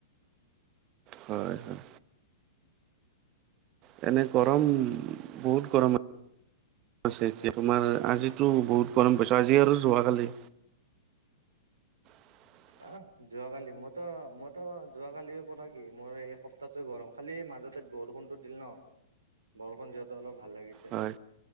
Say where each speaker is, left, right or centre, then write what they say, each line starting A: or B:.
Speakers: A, on the right; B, on the right.
A: হয় হয়। তেনে গৰম বহুত গৰম আ ছে এতিয়া তোমাৰ আজিতো বহুত গৰম পাইছো আজি আৰু যোৱাকালি। <inaudible>
B: আহ যোৱাকালি মইতো মইতো যোৱাকালিৰ পৰা কি মোৰ এই সপ্তাহটো গৰম খালি মাজতে বৰষুণটো দিল ন বৰষুণ যহ অলপ ভাল লাগিছে
A: হয়